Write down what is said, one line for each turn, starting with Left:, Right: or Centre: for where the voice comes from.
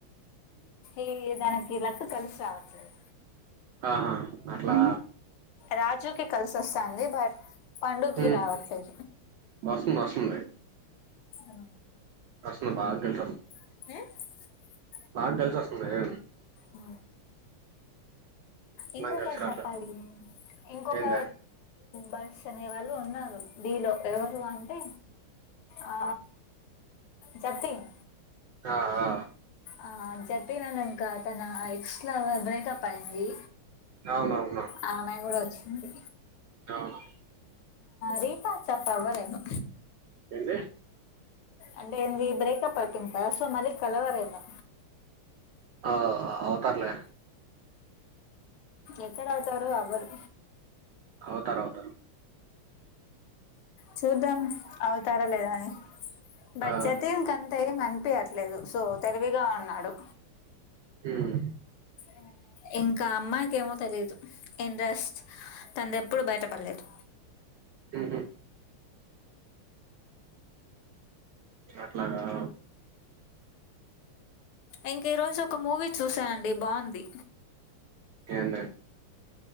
Left: ఏ తనకి లక్క కలిసి రావట్లేదు
Right: ఆహా అట్లా
Left: రాజుకి కలిసి వస్తాంది బట్ పండుూకిీ
Right: ఉమ్
Left: రావచ్చు
Right: వస్తుంది వస్తుంది
Left: అవు
Right: అసలు బాగా కలిసొ
Left: ఉమ్
Right: బాగా కలిసి వస్తుంది
Left: అ ఇంకొకటి
Right: నాకు కలిసి రాట్లే
Left: చెప్పాలి ఇంకొక
Right: ఏందే
Left: బర్స్ అనే వాళ్ళు ఉన్నారు డీ లో ఎవరు అంటే ఆ జతీన్
Right: ఆ ఆ
Left: ఆ జతీన్ అ ఇంకా తన ఎక్స లవర్ బ్రేకప్ పైంది
Right: అవునవును
Left: ఆ అమ్మాయి కూడా వచ్చింది
Right: అవును
Left: రీ పట్చప్ అవ్వరేమో
Right: ఏంది
Left: అంటేంది ఈ బ్రేక్ప్ అవుతుందికదా సో మలీ కలవారు ఏమో
Right: ఆ అవుతర్లే
Left: ఎక్కడ అవుతారు ఎవ్వరు
Right: అవుతారు అవుతారు
Left: చూద్దాం అవుతారా లేదా అని బట్జతీన్
Right: ఆ!
Left: అంతేం అనిపియట్లేదు సో తెలివిగా అన్నాడు
Right: ఊమ్
Left: అ ఇంకామ్మాయికేమో తెలిదు ఇంట్రస్ట్ తన్దెప్పుడు బయటపల్లేదు
Right: ఉహు అట్లాగా
Left: ఇంకీ రోజు ఒక మూవీ చూశానండి బాంది
Right: ఏందద్